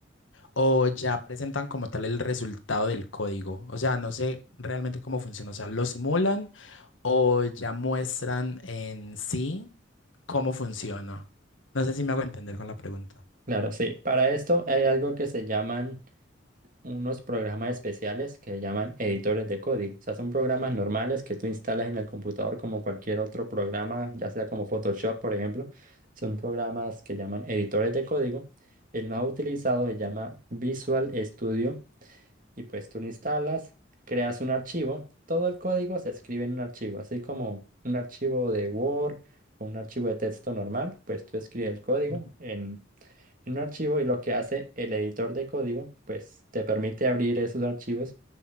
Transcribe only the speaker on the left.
o ya presentan como tal el resultado del código. O sea, no sé realmente cómo funciona. O sea, lo simulan o ya muestran en sí cómo funciona. No sé si me hago entender con la pregunta.
Ujú,
ujú.